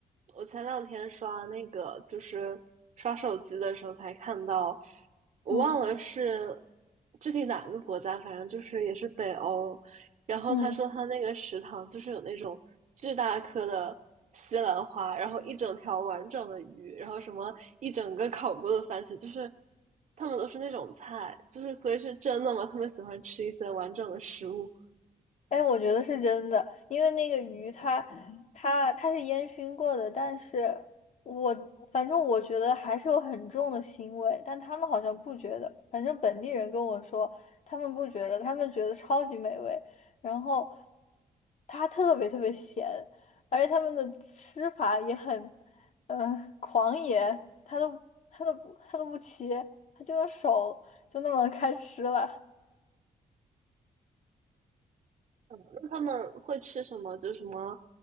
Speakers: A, on the right (about 55°); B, on the left (about 55°).
A: 我前两天刷那个，就是刷手机的时候才看到，我忘了是
B: 嗯
A: 具体哪个国家，反正就是也是北欧。然后他说他那个食堂就是有那种巨大颗的西兰花，
B: 嗯。
A: 然后一整条完整的鱼，然后什么一整个烤过的番茄，就是他们都是那种菜，就是所以是真的吗？他们喜欢吃一些完整的食物。
B: 哎，我觉得是真的，因为那个鱼它它它是烟熏过的，但是我反正我觉得还是有很重的腥味，但他们好像不觉得，反正本地人跟我说他们不觉得，他们觉得超级美味，然后它特别特别咸，而且他们的吃法也很呃狂野，他都他都不他都不切，他就用手就那么开吃了。
A: 那他们会吃什么？就什么，